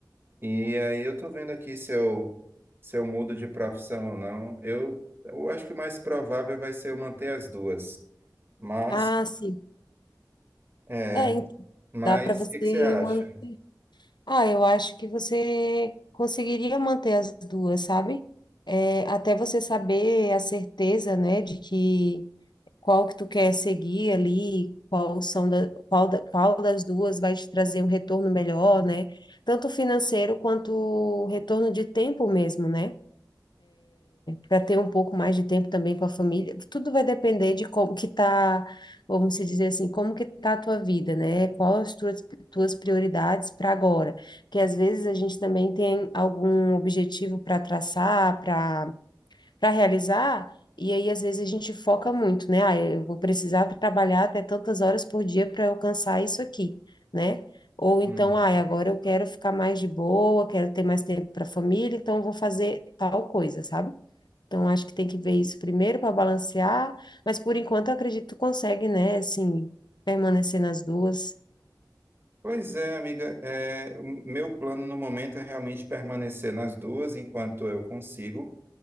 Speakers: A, on the right; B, on the left.
A: E aí eu tô vendo aqui se eu, se eu mudo de profissão ou não. Eu, eu acho que o mais provável vai ser eu manter as duas. Mas,
B: Ah, sim.
A: é,
B: É, en-
A: mas
B: dá para você
A: o que que você acha?
B: manter. Ah, eu acho que você conseguiria manter as duas, sabe? É, até você saber a certeza, né, de que qual que tu quer seguir ali, qual são da, qual, da- qual das duas vai te trazer um retorno melhor, né? Tanto financeiro quanto retorno de tempo mesmo, né? para ter um pouco mais de tempo também com a família. Tudo vai depender de como que tá, vamos se dizer assim, como que tá a tua vida, né? Quais as tuas, tuas prioridades para agora? Porque às vezes a gente também tem algum objetivo para traçar, para para realizar, e aí às vezes a gente foca muito, né? Ah, eu vou precisar trabalhar até tantas horas por dia para alcançar isso aqui, né? Ou então,
A: Uhum.
B: ah, agora eu quero ficar mais de boa, quero ter mais tempo para a família, então eu vou fazer tal coisa, sabe? Então acho que tem que ver isso primeiro para balancear, mas por enquanto eu acredito que tu consegue, né? Assim, permanecer nas duas.
A: Pois é, amiga, é, o meu plano no momento é realmente permanecer nas duas enquanto eu consigo.